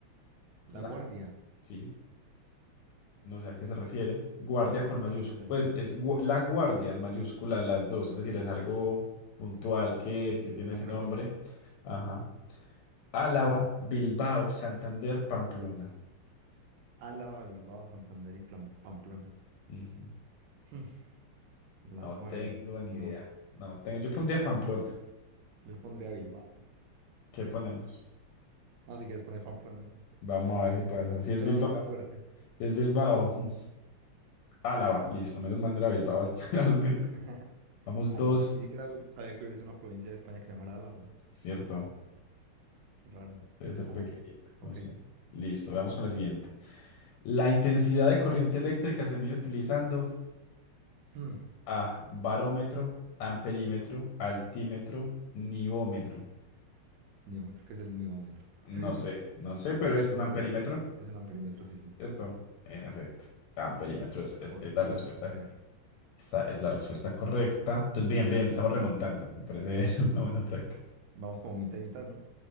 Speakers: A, on the right; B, on the left.
A: La
B: la...
A: Guardia,
B: Sí, no sé a qué se refieren. Guardia con
A: ¿qué
B: mayúscula.
A: provincias hay?
B: Pues es gu- la guardia en mayúscula las dos, es decir, es algo puntual que,
A: Sí, sí,
B: que
A: es
B: tiene
A: un nombre
B: ese nombre.
A: propio.
B: Ajá. Álava,
A: Y las opciones.
B: Bilbao, Santander, Pamplona.
A: Álava, Bilbao, Santander y Plan- Pamplona.
B: Ujú.
A: <laughs> Hmm, La
B: No
A: Guardia,
B: tengo
A: no.
B: ni idea. No tengo. Yo pondría Pamplona.
A: Yo pondría Bilbao.
B: ¿Qué ponemos?
A: No, si quieres poner Pamplona.
B: Vamos
A: Suena,
B: a ver qué pasa. Si es
A: suena
B: Bilbao,
A: un nombre fuerte.
B: si es Bilbao, <laughs> mm, Álava, listo. Menos mal no era Bilbao al, <laughs> al menos.
A: <laughs>
B: Vamos
A: Álava.
B: dos,
A: Ni siquiera sabía que hubiese una provincia de España que llamara Álava.
B: cierto.
A: Raro.
B: Debe ser
A: Álava.
B: pequeñita,
A: Ok.
B: no sé. Listo, veamos con la siguiente. La intensidad de corriente eléctrica se mide utilizando
A: Hmm.
B: A, barómetro, amperímetro, altímetro, nivómetro.
A: Nivómetro, ¿qué es el nivómetro?
B: No
A: <laughs>
B: sé, no sé, pero es
A: Pero
B: un amperímetro,
A: pues eh, es un amperímetro, sí, sí.
B: ¿cierto? En efecto, amperímetro es es-
A: Por
B: es la
A: joules
B: respuesta
A: per.
B: Esta es la respuesta correcta. Entonces, bien, bien, estamos remontando. Me parece <laughs> una buena práctica.
A: Vamos como mitad y mitad, ¿no?